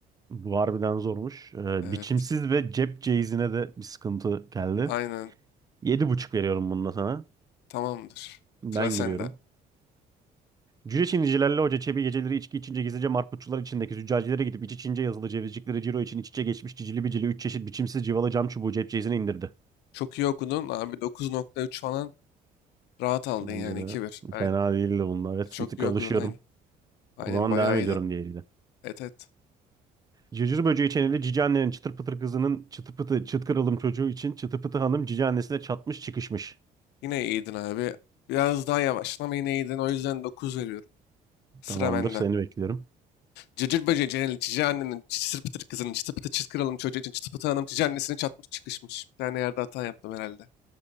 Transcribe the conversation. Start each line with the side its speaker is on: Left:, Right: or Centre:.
Right: Bu harbiden zormuş. Ee,
Left: Evet
Right: biçimsiz ve cep ceizine de bir sıkıntı geldi.
Left: aynen
Right: Yedi buçuk veriyorum bununla sana.
Left: tamamdır.
Right: Ben
Left: Sıra sende.
Right: giriyorum. Cüce Çinicilerle Hoca Çebi geceleri içki içince gizlice marputçular içindeki züccacilere gidip iç içince yazılı cevizcikleri ciro için iç içe geçmiş cicili bicili üç çeşit biçimsiz civalı cam çubuğu cep ceyizine indirdi.
Left: Çok iyi okudun. Abi 9.3 falan rahat aldın
Right: Bence
Left: yani
Right: de
Left: 2-1. Aynen.
Right: fena değildi bunlar. Evet
Left: Çok
Right: bir tık
Left: iyi
Right: alışıyorum.
Left: okudun aynen. Aynen
Right: O zaman
Left: bayağı
Right: devam ediyorum
Left: iyiydin.
Right: diğeriyle.
Left: Evet evet.
Right: Cırcır böceği çeneli cici annenin çıtır pıtır kızının çıtı pıtı çıt kırılım çocuğu için çıtı pıtı hanım cici annesine çatmış çıkışmış.
Left: Yine iyiydin abi. Biraz daha yavaştın ama yine iyiydin. O yüzden 9 veriyorum. Sıra
Right: Tamamdır
Left: bende.
Right: seni bekliyorum.
Left: Cırcır böceği Cenel'in cici annenin cısır pıtır kızının çıtı pıtı çıt kralın çocuğu için çıtı pıtı hanım cici annesini çatmış çıkışmış. Bir tane yerde hata yaptım herhalde.